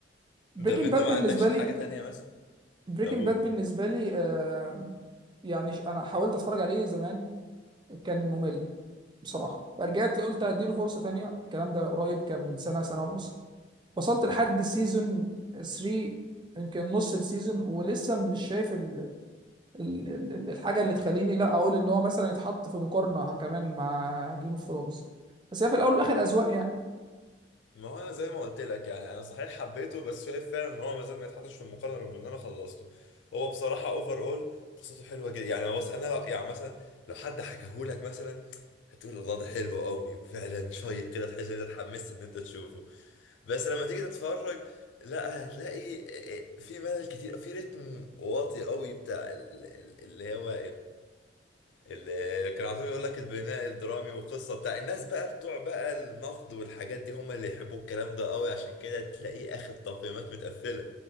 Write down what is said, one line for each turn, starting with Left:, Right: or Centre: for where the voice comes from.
Right: بريكنج
Left: طب انت
Right: باد
Left: ما
Right: بالنسبة
Left: عندكش
Right: لي
Left: حاجه تانية مثلا
Right: بريكنج
Left: اقول
Right: باد بالنسبة لي آه يعني ش- أنا حاولت أتفرج عليه زمان كان ممل بصراحه فرجعت قلت هديله فرصه تانية الكلام ده قريب كان من سنه سنه ونص وصلت لحد سيزون 3 يمكن نص السيزون ولسه مش شايف ال... ال... ال- الحاجه اللي تخليني لا اقول ان هو مثلا يتحط في مقارنه كمان مع جيم اوف ثرونز بس هي في الاول والاخر اذواق يعني
Left: ما هو انا زي ما قلت لك يعني انا صحيح حبيته بس شايف فعلا ان هو ما زال ما يتحطش في المقارنه بما ان انا خلصته هو بصراحه اوفر اول قصته حلوه جدا يعني بص انا لو يعني مثلا لو حد حكاهولك مثلا هتقول الله ده حلو قوي وفعلا شيق كده تحس ان انت اتحمست ان انت تشوفه بس لما تيجي تتفرج لا هتلاقي إيه، إيه، في ملل كتير في رتم واطي قوي بتاع ال- ال- اللي هو اللي كان على طول يقول لك البناء الدرامي والقصه بتاع الناس بقى بتوع بقى النقد والحاجات دي هم اللي يحبوا الكلام ده قوي عشان كده تلاقيه اخد تقييمات متقفله